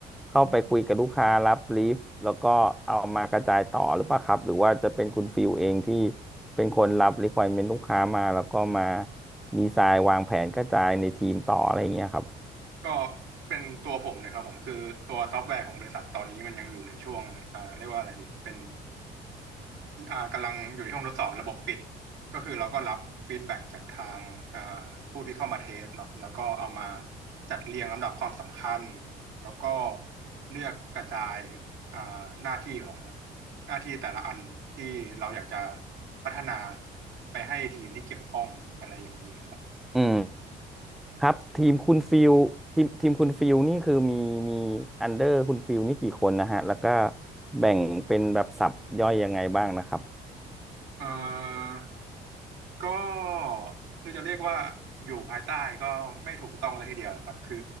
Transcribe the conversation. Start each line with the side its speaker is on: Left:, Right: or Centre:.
Centre: เข้าไปคุยกับลูกค้ารับบรีฟแล้วก็เอามากระจายต่อหรือเปล่าครับหรือว่าจะเป็นคุณฟิลเองที่เป็นคนรับ requirement ลูกค้ามาแล้วก็มาดีไซน์วางแผนกระจายในทีมต่ออะไรอย่างเงี้ยครับ
Right: ก็เป็นตัวผมเลยครับผมคือตัวซอฟต์แวร์ของบริษัทตอนนี้มันยังอยู่ในช่วงอ่าเรียกว่าอะไรดีเป็นอ่ากำลังอยู่ในช่วงทดสอบระบบปิดก็คือเราก็รับฟีดแบ็กจากทางอ่าผู้ที่เข้ามาเทสเนาะแล้วก็เอามาจัดเรียงลำดับความสำคัญแล้วก็เลือกกระจายอ่าหน้าที่ของหน้าที่แต่ละอันที่เราอยากจะพัฒนาไปให้ทีมที่เกี่ยวข้องอะไรอย่างนี้ครับ
Centre: อืมครับทีมคุณฟิลทีมทีมคุณฟิลนี่คือมีมีอันเดอร์คุณฟิลนี่กี่คนนะฮะแล้วก็แบ่งเป็นแบบสับย่อยยังไงบ้างนะครับ
Right: เอ่อ ก็คือจะเรียกว่าอยู่ภายใต้ก็ไม่ถูกต้องเลยทีเดียวครับคือ